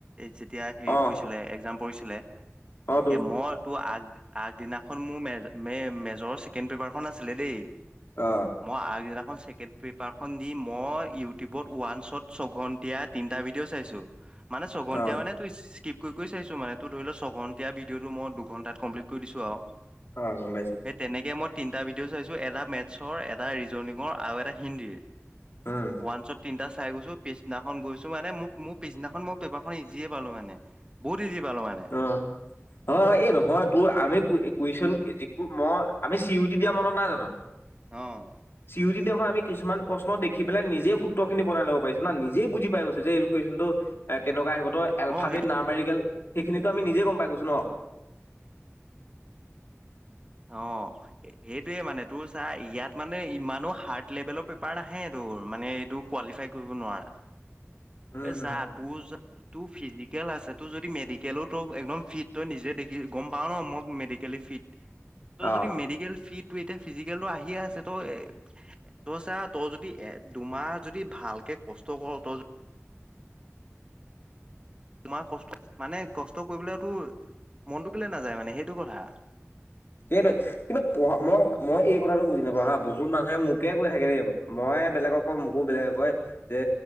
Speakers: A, on the right; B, on the left.
A: যেতিয়া হেৰি
B: অ
A: পৰিছিলে একজাম পৰিছিলে।
B: অ তো
A: কে মই তো আগ আগদিনাখন মোৰ মেজৰৰ ছেকেণ্ড পেপাৰখন আছিলে দেই।
B: অ
A: মই আগদিনাখন ছেকেণ্ড পেপাৰখন দি মই ইউটিউবত ওৱানঞ্চত ছঘন্টিয়া তিনিটা ভিডিঅ' চাইছো মানে ছঘন্টীয়া
B: অ
A: মানে তো কৰি কৰি চাইছো মান তোৰ ধৰি লও ছঘন্টীয়া ভিডিঅ'টো মই দু ঘন্টাত কমপ্লিট কৰি দিছো আৰু
B: অ' গম পাইছো।
A: সেই তেনেকে মই তিনিটা ভিডিঅ' চাইছো এটা মেথছৰ এটা ৰিজনঙৰ আৰু এটা হিন্দীৰ।
B: উম
A: ৱানঞ্চত তিনটা চাই গৈছো। পিছদিনাখন গৈছো মানে ম মোৰ পিছদিনাখন মই পেপাৰখন ইজিয়ে পালো মানে বহুত। ইজি পালো মানে
B: অ', -অ' এই নহয় তোৰ আমি কুৱেশচন যিটো মই আমি চি ইউটি দিয়া মনত নাই জানো।
A: অহ।
B: চি ইউ টিত আমি কিছুমান প্ৰশ্ন দেখি পেলাই নিজে সূত্ৰখিনি বনাই ল'ব পাৰিছো না, নিজে বুজি পাই গৈছ যে এইটো কুৱেশনটো কেনেকুৱা আহিব তো এলফাবেত
A: অ', সেই
B: না মেৰি কেল সেইখিনিতো আমি নিজে গম পাই গৈছো ন'।
A: অ' সেইটোয়ে মানে তোৰ চাহ ইয়াত মানে ইমানো হাৰ্ড লেভেলৰ পেপাৰ নাহে ত'। তোৰ মানে এইটো কোৱালিফাই কৰিব নোৱাৰা
B: উম,
A: এই
B: হুম,
A: চা
B: হুম।
A: তোৰ। তোৰ ফিজিকেল আছে তোৰ যদি মেডিকেলো ত একদম ফিট তই নিজে দেখি গম পাও ন মই মেডিকেলি ফিট। ফিট
B: অ'।
A: যদি মেডিকেল ফিট। ত এতিয়া ফিজিকেলটো আহিয়ে আছে, তই তই চা তই যদি এ দুমাহ যদি ভাল কে। একে কষ্টকৰ অত তোমাৰ কষ্ট মানে কষ্ট কৰিবলৈতো মনটো কেলে নাযায় মানে সেইটো কথা
B: সেইটোৱে কিন্তু পঢ়া মই মই এই কথাটো বুজি নাপাওঁ হা বহুত মানুহে মোকে কৈ থাকে দেই মই বেলেগক মোকো বেলেগে কয় যে